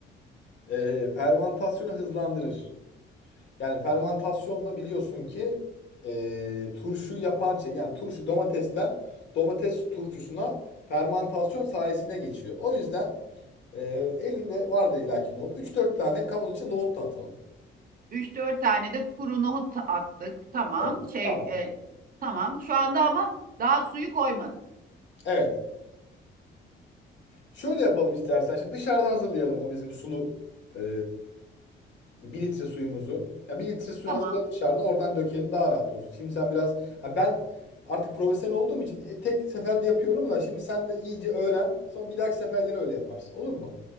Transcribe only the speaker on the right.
Üç dört tane de kuru nohut attık. Tamam.
Şey
e, tamam. Şu anda ama daha suyu koymadık.
Tamam.